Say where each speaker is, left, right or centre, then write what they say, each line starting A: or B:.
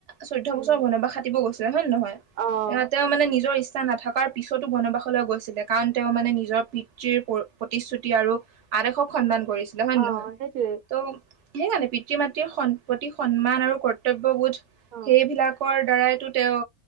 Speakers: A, on the right; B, on the right.
A: চৈধ্য
B: উম।
A: বছৰ বনবাস খাতিব গৈছিলে হয় নে নহয়?
B: অ',
A: এতিয়া তেওঁ মানে নিজৰ ইচ্ছা নথকাৰ পিছতো বনবাসলৈ গৈছিলে, কাৰণ তেওঁ মানে নিজৰ পিতৃৰ প্ৰতিশ্ৰুতি আৰু আদেশক সন্মান কৰিছে হয় নে
B: অ',
A: নহয়?
B: সেইটোৱে
A: ত' সেইকাৰণে পিতৃ মাতৃৰ স প্ৰতি সন্মান আৰু কৰ্তব্যবোধ
B: অ',
A: সেইবিলাকৰ দ্বাৰাইতো তেওঁ